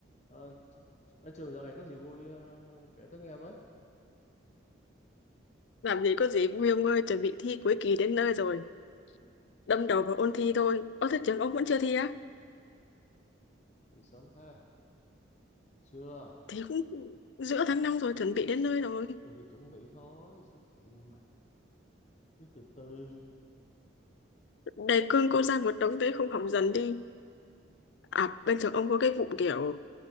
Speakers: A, on the left (about 35°); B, on the left (about 65°).
A: Ờ, ở trường dạo này có gì vui ờ, kể tớ nghe với.
B: Làm gì có gì vui ông ơi, chuẩn bị thi cuối kỳ đến nơi rồi. Đâm đầu vào ôn thi thôi. Ơ thế trường ông vẫn chưa thi á?
A: Thì sớm ha. Chưa.
B: Thì cũng giữa tháng 5 rồi, chuẩn bị đến nơi rồi.
A: Tôi thì chuẩn bị thôi, chuẩn bị nhưng mà cứ từ từ.
B: Đề cương cô ra một đống thế không học dần đi. À, bên trường ông có cái vụ kiểu